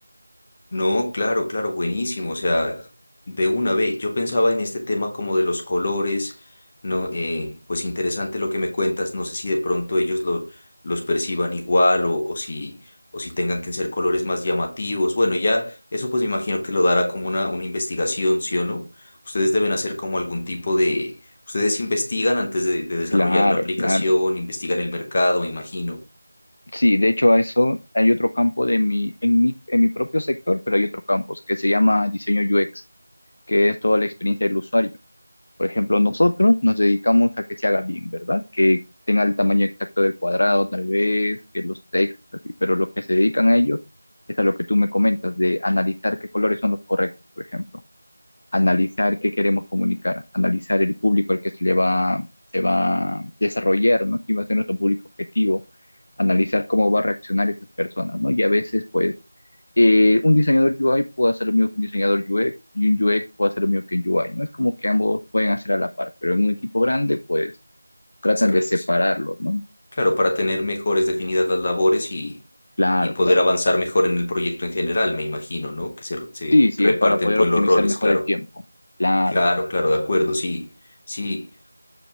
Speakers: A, on the left (about 15°); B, on the left (about 35°).
A: No, claro, claro, buenísimo. O sea, de una vez, yo pensaba en este tema como de los colores, no, eh, pues interesante lo que me cuentas. No sé si de pronto ellos lo, los perciban igual o, o si, o si tengan que ser colores más llamativos. Bueno, ya eso pues me imagino que lo dará como una, una investigación, ¿sí o no? Ustedes deben hacer como algún tipo de, ustedes investigan antes de, de desarrollar
B: Claro,
A: la aplicación,
B: claro.
A: investigan el mercado, me imagino.
B: Sí, de hecho a eso hay otro campo de mi, en mi, en mi propio sector, pero hay otro campo que se llama diseño UX, que es toda la experiencia del usuario. Por ejemplo, nosotros nos dedicamos a que se haga bien, ¿verdad? Que tenga el tamaño exacto del cuadrado, tal vez, que los textos, así, pero lo que se dedican a ellos es a lo que tú me comentas, de analizar qué colores son los correctos, por ejemplo, analizar qué queremos comunicar, analizar el público al que se le va, se va a desarrollar, ¿no? ¿Quién va a ser nuestro público objetivo? analizar cómo va a reaccionar esas personas, ¿no? Y a veces, pues, eh, un diseñador UI puede hacer lo mismo que un diseñador UX y un UX puede hacer lo mismo que un UI, ¿no? Es como que ambos pueden hacer a la par, pero en un equipo grande, pues tratan
A: ¿Se re-
B: de separarlo, ¿no?
A: Claro, para tener mejores definidas las labores y,
B: Claro,
A: y poder
B: claro.
A: avanzar mejor en el proyecto en general, me imagino, ¿no? Que se, se
B: Sí, sí,
A: reparten
B: es para poder
A: pues
B: optimizar
A: los roles,
B: mejor
A: claro,
B: el tiempo. Claro.
A: claro, claro, de acuerdo, sí, sí.